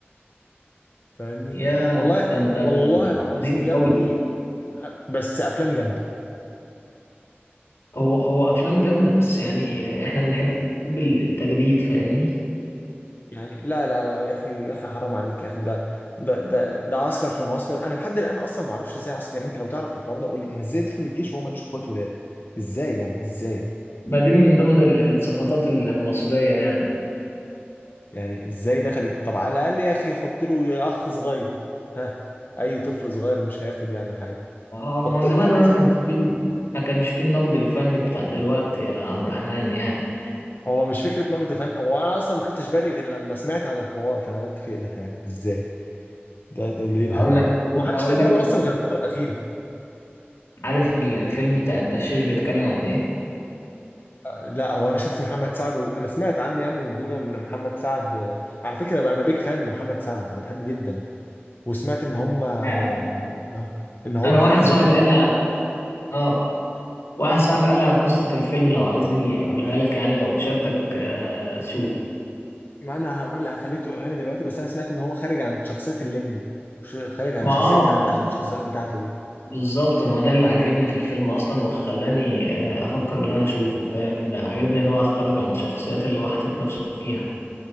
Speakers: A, on the left; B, on the left.
A: فاهمني
B: يا
A: والله
B: ده انت ده
A: والله
B: أنت
A: العظيم
B: قديم
A: يا ابني
B: قوي
A: بس افلام جامده
B: هو هو افلام جامده بس يعني احنا بنحب التجديد فاهمني
A: يعني لا لا لا يا اخي يا اخي حرام عليك يا اخي ده ده ده ده عسكر في المعسكر انا لحد الان اصلا ما اعرفش ازاي عسكر يعني انت لو تعرف الحوار ده قول لي يعني ازاي دخل الجيش وهو مالوش اخوات ولاد ازاي يعني ازاي
B: ما دي من ضمن ال- السقطات ال- المصريه يعني
A: يعني ازاي دخل طب على الاقل يا اخي حط له يا اخ صغير ها اي طفل صغير مش هياخد يعني حاجه
B: اه
A: حط
B: ما هو زمان
A: له طفل
B: بقى ما
A: صغير
B: كانش فيه ما كانش فيه النقد الفني بتاع دلوقتي يا عبد الرحمن يعني
A: هو مش فكره نقد فن هو انا اصلا ما خدتش بالي غير لما سمعت عن الحوار فانا قلت في ايه ده يعني ازاي ده ده, ده ايه الهبل
B: اقول لك
A: ده ومحدش
B: اقول
A: خد باله
B: لك
A: اصلا غير الفتره الاخيره
B: عارف ال- الفيلم بتاع الدشاش بيتكلم عن ايه
A: آه، لا هو انا شفت محمد سعد وانا سمعت عنه يعني وبيقولوا ان محمد سعد آه، على فكره بقى انا بيك فان لمحمد سعد انا بحبه جدا وسمعت ان هم
B: آه.
A: يعني ان هو
B: انا
A: كان
B: واحد
A: عامل
B: صاحبي
A: فيلم
B: قال لي على اه واحد صاحبي قال لي على قصة الفيلم لو عايزني اقولها لك يعني لو شدك آه تشوف
A: ما انا هقول لك هخليك تقولها لي دلوقتي بس انا سمعت ان هو خارج عن شخصيه الليمبي ش- خارج عن
B: ما
A: شخصيه
B: اه
A: تتح
B: ما-
A: والشخصيات بتاعته دي
B: بالظبط ما ده اللي عجبني في الفيلم اصلا وخلاني آه افكر ان انا اشوفه فاهم ده عجبني ان هو خرج عن شخصيات اللي هو حاطط نفسه فيها